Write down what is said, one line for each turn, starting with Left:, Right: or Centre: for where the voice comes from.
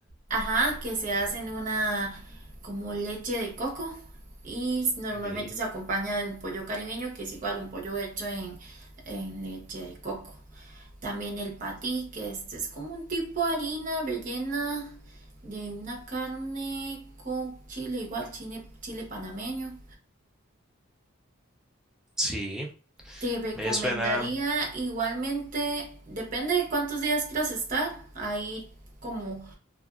Right: Ajá, que se hacen una como leche de coco y normalmente
Centre: <laughs> Ve,
Right: se acompaña de un pollo caribeño, que es igual un pollo hecho en, en leche de coco. También el patí, que este es como un tipo de harina rellena de una carne con chile, igual chile, chile panameño.
Centre: Sí,
Right: Te recomendaría
Centre: me suena,
Right: igualmente, depende de cuántos días quieras estar, ahí como